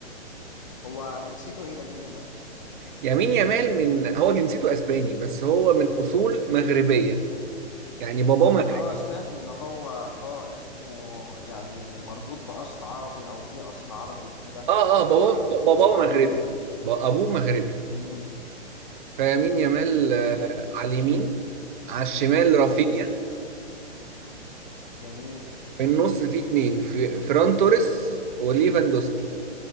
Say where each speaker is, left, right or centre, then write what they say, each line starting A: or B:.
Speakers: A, on the left; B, on the right.
A: هو جنسيته ايه لامين يامال
B: يمين يامال من هو جنسيته اسباني بس هو من اصول مغربيه يعني باباه
A: انا
B: مغربي
A: اه سمعت ان هو اه اسمه يعني مربوط باصل عربي او ليه اصل عربي وكده
B: اه اه باباه
A: فكنت مستغرب
B: باباه مغربي
A: يعني
B: ب- ابوه مغربي
A: امم
B: فيمين يامال آه،
A: تمام
B: على اليمين على الشمال رافينيا
A: ماشي جميل
B: في النص في اتنين في فران توريس وليفاندوسكي